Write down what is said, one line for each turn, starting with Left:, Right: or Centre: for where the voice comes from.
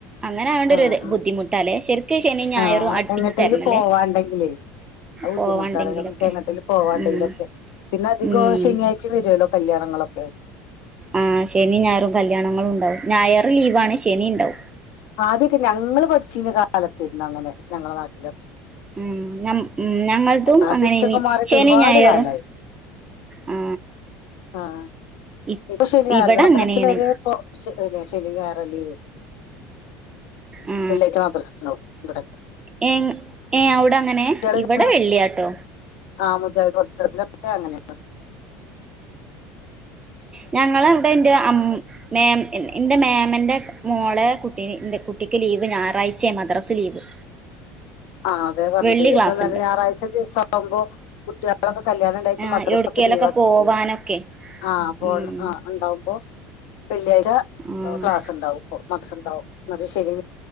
Right: അങ്ങനെ ആയോണ്ട് ഒരു
Left: ആഹ
Right: ഇത് ബുദ്ധിമുട്ടാല്ലേ ശരിക്ക് ശനിയും ഞായറും
Left: ആ ആഹ
Right: അടുപ്പിച്ച്
Left: എങ്ങട്ടേയില്
Right: തരണല്ലേ
Left: പോവാണ്ടെങ്കിലേ ആ ബുദ്ധിമുട്ടാണ്
Right: പോവാണ്ടെങ്കിലൊക്കെ
Left: നമുക്ക് എങ്ങോട്ടിൽ പോവാണ്ടെങ്കിലൊക്കെ
Right: ഉം
Left: പിന്നെ അധികം
Right: ഉം
Left: ശനിയാഴ്ച വരുല്ലോ കല്യാണങ്ങളൊക്കെ
Right: ആ ശനി ഞായറും കല്യാണങ്ങളും ഉണ്ടാവും ഞായർറ് ലീവാണ് ശനി ഉണ്ടാവും
Left: ആദ്യമൊക്കെ ഞങ്ങള്ൾ പഠിച്ചി കാലത്ത്രുന്നു അങ്ങനെ ഞങ്ങളെ നാട്ടില
Right: ഉം നം ഉം ഞങ്ങളതും
Left: ആ
Right: അങ്ങനെനി
Left: സിസ്റ്റ ഒക്കെ മാറിട്ട്
Right: ശനി
Left: ഒരുപാട്
Right: ഞായറും
Left: കാലായി
Right: ആ
Left: ആഹ
Right: ഇ
Left: ഇപ്പൊ ശ
Right: ഇവിടെ
Left: മദ്രസൽ
Right: അങ്ങനെയാണ്
Left: വരെ ശന ായര ലീവ്
Right: ആ
Left: വള്ളേക്ക് മാത്രം ഇവിട
Right: ഏ ഏ അവിടെ അങ്ങനെ
Left: ഇങ്ങനെ
Right: ഇവിടെ വെള്ളിയാട്ടോ
Left: ആ മുജാ കൊത്തസിലൊക്കെ അങ്ങനെയള്ള
Right: എഞങ്ങ ൾഅവിടെ എന്റ അമോ മോമ എന്റെ മേമന്റെ മോളെ കുട്ടി കുട്ടിക്ക് ലീവ് ഞായറാഴ്ചയ മദ്രാസ ലീവ്
Left: ആഹ് അതെ പറഞ്ഞത്
Right: വെള്ളി ക്ലാസ്ണ്ട്
Left: എന്താെന്ന ഞായറാഴ്ച ദിവസം ആവുമ്പോ കുട്ടികളൊ കല്യാണണം ഉണ്ടായിട്ട്
Right: ആ
Left: മദ്രാസ
Right: എവിടക്കേലൊക്കെ
Left: ഒക്കെ ലീവ് ആക്കിട്ടേ
Right: പോവാനൊക്കെ
Left: ആഹ് പോ
Right: ഉം
Left: ആ ഉണ്ടാവകുമ്പോ വെള്ളിയാഴ്ച
Right: ഉം
Left: ക്ലാസ് ഉണ്ടാവും മദ്രസണ്ടാവും എന്നിട്ട്ശനി